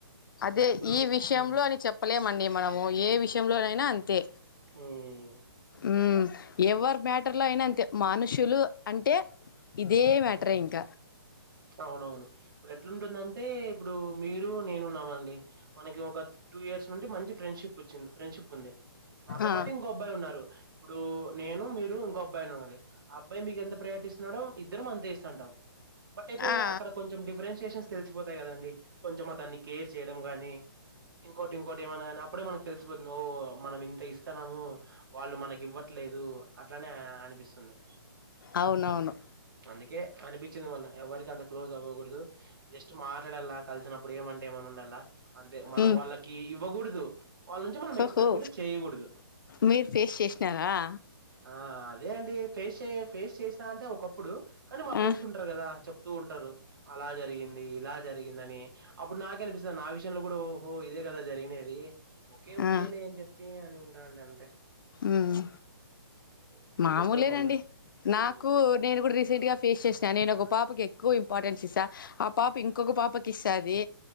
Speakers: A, on the left; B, on the right.
A: అదె
B: ఇప్పుడు
A: ఈ విషయంలో
B: మ్మ్
A: అని చెప్పలేమండి మనము ఏ విషయంలోనైనా అంతే
B: ఊమ్
A: ఊమ్ ఎవ్వర్ మ్యాటర్ లో అయిన అంతే మనుషులు అంటే ఇదే మ్యాటరే ఇంక
B: అవునవును ఇప్పుడెట్లుంటుందంటే ఇప్పుడూ మీరూ నేనున్నామండి మనకి ఒక టూ ఇయర్స్ నుండి మంచి ఫ్రెండ్షిప్ వచ్చింది ఫ్రెండ్షిప్ ఉంది నాతో
A: ఆ
B: పాటు ఇంకో అబ్బాయి ఉన్నారు ఇప్పుడూ నేనూ మీరు ఇంకో అబ్బాయి ఉన్నడండి ఆ అబ్బాయి మీకు ఎంత ప్రయారిటీ ఇస్తున్నాడో ఇద్దరం అంతే ఇస్తాంటాం బట్ అయితే
A: ఆ
B: అక్కడ కొంచెం డిఫరెన్షియేషన్స్ తెలిసిపోతాయి కదండి కొంచెం అతన్ని కేర్ చేయడం గానీ ఇంకోటి ఇంకోటి ఏమన్న గానీ అప్పుడే మనకు తెలిసిపోతుంది ఓ మనం ఇంత ఇస్ తనమూ వాళ్ళు మనకి ఇవ్వట్లేదూ అట్లనే అనిపిస్ తుంది
A: అవునవును
B: అందుకే అనిపించింది మొన్న ఎవ్వరికి అంత క్లోజ్ అవ్వకూడదు జస్ట్ మాట్లాడల్లా కలిసినప్పుడు ఏమంటే ఏమని ఉండల్ల అంతె మనం
A: ఉమ్
B: వాళ్ళకీ ఇవ్వగూడదు వాళ్ళ నుంచి మనం ఎక్స్పెక్ట్
A: ఓహో
B: కూడ చేయగూడదు
A: మీరు ఫేస్ చేసినారా
B: ఆ అదే అండి ఫేస్ చే ఫేస్ చేసినా అంటే ఒకప్పుడు కానీ మా ఫ్రెండ్స్
A: ఆ
B: ఉంటరు కదా చెప్తూ ఉంటరు అలా జరిగింది ఇలా జరిగిందని అప్పుడు నాకే అనిపిస్తది నా విషయంలో గూడ ఓహో ఇదే కదా జరిగినేది ఒకె ఒకే
A: ఆ
B: లే అని చెప్పీ అని ఉంటాండు అంతే
A: మ్మ్
B: హ్మ్. ఏం
A: మామూలేనండి
B: చెత్తం మనం హ్మ్
A: నాకూ నేను గూడ రీసెంట్ గా ఫేస్ చేస్న నేను ఒక పాపకి ఎక్కువ ఇంపార్టెన్స్ ఇస్తా ఆ పాప ఇంకొక పాపక్ ఇస్సాది